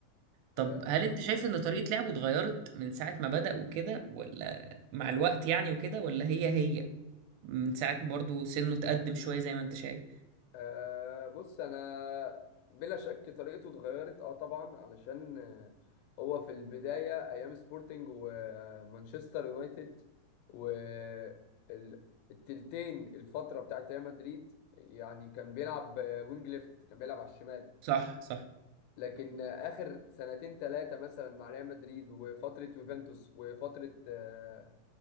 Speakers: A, on the right; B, on the left.
A: طب
B: آه، انا
A: هل انت شايف ان طريقة لعبه اتغيرت من ساعة ما بدأ وكده ولا مع الوقت يعني وكده ولا هي هي من ساعة ما برضه سنه اتقدم شوية زي ما انت شايف
B: آه، بص انا بلا شك طريقته اتغيرت اه طبعا علشان آه، هو في البداية ايام سبورتنج ومانشستر يونايتد والتلتين الفترة بتاعت ريال مدريد يعني كان بيلعب آه، وينج ليفت كان بيلعب على الشمال
A: صح صح
B: لكن اخر سنتين ثلاثه مثلا مع ريال مدريد وفتره يوفنتوس وفتره آه،